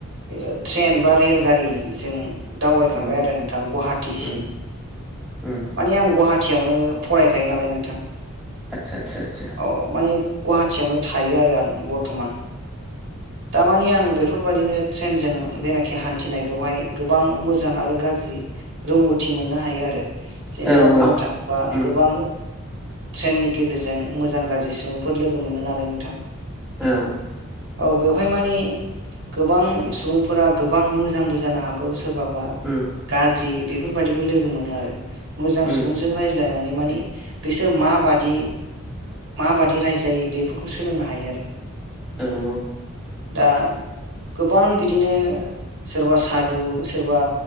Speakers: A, on the right; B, in the centre.
A: ट्रेन बा रेलगारिजों दावबायखांबाय
B: उम
A: आरो नोंथां गुवाहाटि
B: उम
A: सिम
B: उम
A: माने आं गुवाहाटियावनो फरायखायो नालाय नोंथां
B: आतसा आतसा आतसा
A: औ माने गुवाहाटियावनो थायो आरो आं बर्थमान थार माने आं बेफोर बायदिनो ट्रेनजों जेनाखि हान्थिनाय बेवहाय गोबां मोजां आरो गाज्रि रोंगौथि मोननो हायो आरो जेनेबा
B: औ
A: बुंनो थाङोबा
B: उम
A: गोबां ट्रेननि गेजेरजों मोजां गाज्रि सुबुंफोर लोगो मोनो नालाय नोंथां
B: औ
A: औ बेवहाय माने गोबां सुबुंफोरा गोबां मोजांबो जानो हागौ सोरबाबा
B: उम
A: गाज्रि बेफोर बादिबो लोगो मोनो आरो मोजां
B: उम
A: सुबुंजों रायज्लायनानै माने बिसोर मा बादि माबादि रायज्लायो बेफोरखौ सोलोंनो हायो आरो
B: औ नंगौ।
A: दा गोबां बिदिनो सोरबा सादु सोरबा